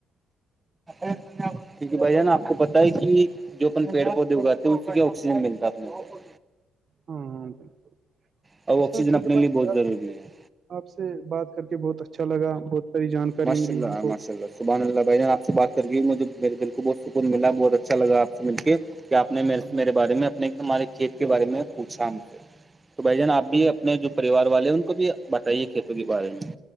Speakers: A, on the right; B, on the right.
A: ا <unintelligible> کیونکہ بھیا نا آپ کو پتا ہے کہ جو اپن پیڑ پودے اگاتے ہیں اس کی کیا آکسیجن ملتا ہے اپنے کو <unintelligible>
B: ہاں ہ بالکل
A: اور
B: اچھا
A: آکسیجن
B: چند
A: اپنے
B: بھائی
A: لیے بہت
B: کیا
A: ضروری
B: <unintelligible>
A: ہے
B: آپ سے بات کر کے بہت اچھا لگا بہت ساری جانکاری
A: ماشاء
B: ملی
A: اللہ
B: ہم کو
A: ماشاء اللہ سبحان اللہ بائی ج آ سے بات کر مجھے میرے دل کو بہت سکون ملا بہت اچھا لا آپ سے مل کے <unintelligible> کیا آ نے
B: ہاں
A: میرے بارے میں اپنے ہمارے کھیت کے بارے میں <unintelligible> پوچھام سے تو بھائی
B: اچھا
A: جان آپ بھی
B: بھائی۔
A: اپنے جو پریوار والے ہیں ان کو بھی بتائیے کھیتوں کے بارے میں